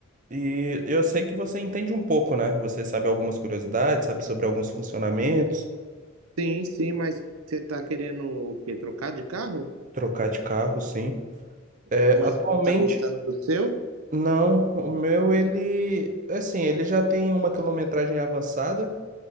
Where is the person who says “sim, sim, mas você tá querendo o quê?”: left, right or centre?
Right